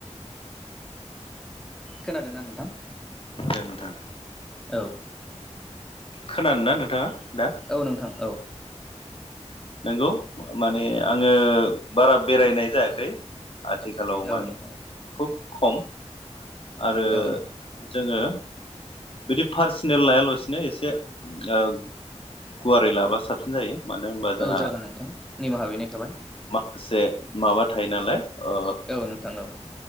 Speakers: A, in the centre; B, on the left.
A: खोनादोंना नोंथां
B: दे नोंथां
A: औ
B: खोनानो ना नोंथाङा दा
A: औ नोंथां औ
B: नंगौ माने आङो बारा बेरायनाय जायाखै आथिखालाव
A: औ
B: माने
A: नोंथां
B: खुब खम आरो
A: औ नोंथां
B: जोङो बिदि पार्सनेल लायालासिनो एसे गुवारै लाबा साबसिन जायो मानो होनबा जोंहा
A: औ जागोन नोंथां निमाहा बिनाय थाबाय
B: माखासे माबा थायो नालाय ओ
A: औ नोंथां औ